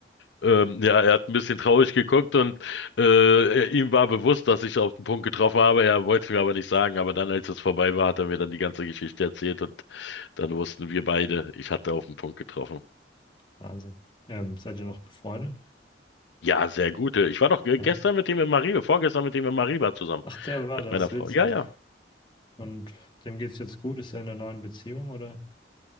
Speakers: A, on the left; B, on the left.
A: ähm, ja, er hat ein bisschen traurig geguckt und äh, er- ihm war bewusst, dass ich auf den Punkt getroffen habe. Er wollte es mir aber nicht sagen. Aber dann, als es vorbei war, hat er mir dann die ganze Geschichte erzählt und dann wussten wir beide, ich hatte auf den Punkt getroffen.
B: Wahnsinn. Ähm, seid ihr noch befreundet?
A: Ja, sehr gut. Ich war doch ge-
B: Ja.
A: gestern mit ihm in Mariba, vorgestern mit ihm in Mariba zusammen,
B: Ach, der war
A: mit
B: das,
A: meiner Frau.
B: witzig.
A: Ja, ja.
B: Und dem geht's jetzt gut? Ist er in einer neuen Beziehung oder